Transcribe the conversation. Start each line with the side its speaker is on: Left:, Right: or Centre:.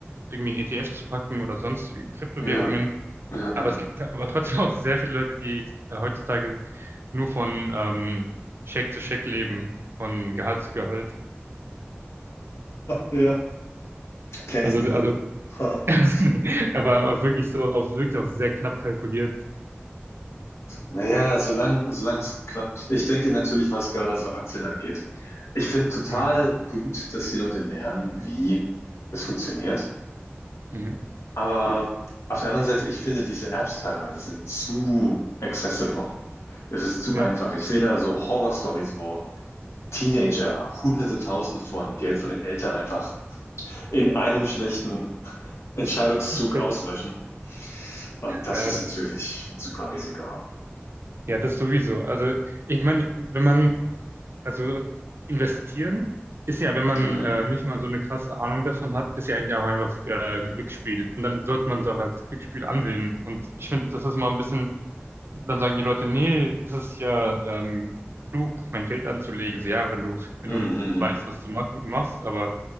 Right: irgendwie ein ETF zu packen oder sonst Kryptowährungen.
Left: Ja, ja,
Right: Aber es gibt aber trotzdem auch sehr viele Leute, die äh, heutzutage nur von ähm, Scheck zu Scheck leben, von Gehalt zu Gehalt.
Left: ja. <laughs> ja. Kenne
Right: Also,
Left: ich niemanden.
Right: also,
Left: <laughs>
Right: <laughs> aber auch wirklich so, auch wirklich auch sehr knapp kalkuliert.
Left: Naja, solange solange es klappt. Ich denke natürlich, was gerade so Aktien angeht. Ich finde total
Right: Mhm.
Left: gut, dass die Leute lernen, wie es funktioniert.
Right: Mhm.
Left: Aber auf der anderen Seite, ich finde, diese Apps teilweise sind zu accessible. Es ist zu
Right: Ja,
Left: einfach. Ich sehe da so Horrorstories, wo Teenager Hunderte Tausend von Geld von den Eltern einfach in einem schlechten Entscheidungszug
Right: okay.
Left: auslöschen. Und das
Right: Ja,
Left: ist
Right: das
Left: natürlich
Right: ist,
Left: ein super Risiko.
Right: ja, das sowieso. Also, ich meine, wenn man, also investieren ist ja, wenn man
Left: Mm,
Right: äh, nicht mal so eine krasse Ahnung davon hat, ist ja eigentlich auch einfach äh, ein Glücksspiel. Und dann sollte man es auch als Glücksspiel ansehen. Und ich finde, das ist mal ein bisschen dann sagen die Leute, nee, das ist ja ähm, klug, mein Geld anzulegen. So, ja, wenn du, wenn
Left: mm,
Right: du
Left: mm, mm.
Right: weißt, was du mach, machst, aber